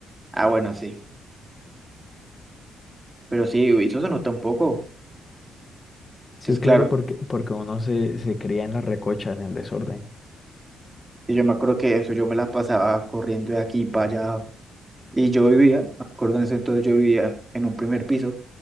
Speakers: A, on the right; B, on the left.
A: Ah, bueno, sí, pero sí, uy, eso se nota un poco,
B: Sí,
A: entonces,
B: claro,
A: claro,
B: porque, porque uno se, se cría en la recocha, en el desorden.
A: y yo me acuerdo que eso, yo me la pasaba corriendo de aquí para allá, y yo vivía, me acuerdo en ese entonces yo vivía en un primer piso,